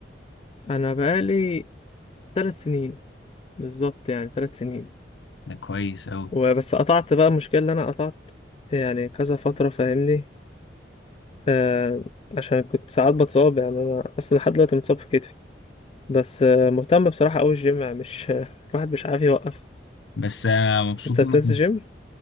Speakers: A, on the left; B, on the left.
A: انا بقالي ثلاث سنين بالظبط يعني ثلاث سنين
B: ده كويس قوي
A: وبس قطعت بقى المشكلة اللي انا قطعت يعني كذا فترة فاهمني آه عشان كنت ساعات بتصاب يعني انا اصلا لحد دلوقتي متصاب في كتفي بس آه مهتم بصراحه قوي الجيم يعني مش <laughs> آه، الواحد مش عارف يوقف
B: بس انا مبسوط
A: انت بتنزل
B: منك إن-
A: جيم